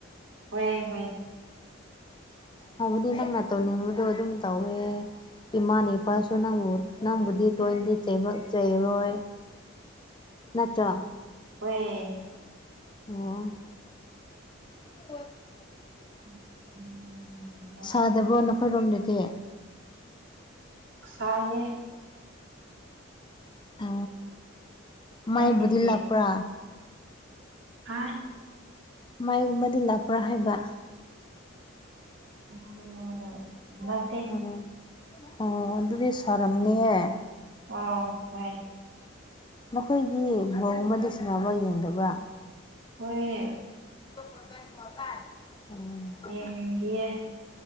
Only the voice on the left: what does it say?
ꯍꯥꯕꯗꯤ ꯅꯪꯅ ꯇꯧꯅꯤꯡꯕꯗꯣ ꯑꯗꯨꯝ ꯇꯧꯋꯦ ꯏꯃꯥꯅ ꯏꯄꯥꯁꯨ ꯅꯪꯕꯨ ꯅꯪꯕꯨꯗꯤ ꯇꯣꯏꯅꯗꯤ ꯆꯩꯕ ꯆꯩꯔꯣꯏ ꯅꯠꯇ꯭ꯔꯥ
ꯑꯣ <unintelligible>
ꯁꯥꯗꯕ꯭ꯔꯣ ꯅꯈꯣꯏꯔꯣꯝꯗꯗꯤ
ꯑ
ꯃꯩꯕꯨꯗꯤ ꯂꯥꯛꯄ꯭ꯔꯥ
ꯃꯥꯏꯒꯨꯝꯕꯗꯤ ꯂꯥꯛꯄ꯭ꯔꯥ ꯍꯥꯏꯕ
ꯑꯣ ꯑꯣ ꯑꯗꯨꯗꯤ ꯁꯥꯔꯝꯅꯤꯍꯦ
ꯅꯈꯣꯏꯗꯤ ꯕꯣꯜꯒꯨꯝꯕꯗꯤ ꯁꯥꯟꯅꯕ ꯌꯦꯡꯗꯕ꯭ꯔꯥ
<unintelligible> ꯑꯣ